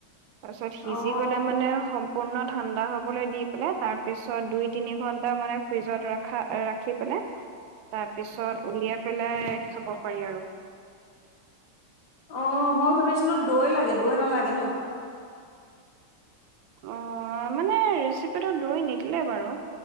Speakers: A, on the right (about 85°); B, on the left (about 60°).
A: তাৰছত সিজি
B: অ',
A: গ লে মানে মানে সম্পূৰ্ণ ঠাণ্ডা হ'বলৈ দি পেলাই, তাৰপিছত দুই তিনিঘন্টা মানে ফ্ৰিজত ৰখা, ৰাখি পেলাই।
B: <inaudible>
A: তাৰ পিছত উলিয়াই পেলাই খাব পাৰি আৰু।
B: অ', মই ভাবিছিলোঁ দৈ লাগে দৈ নালাগে ন।
A: অ', মানে ৰেচিপিটো দৈ নিদিলে বাৰু।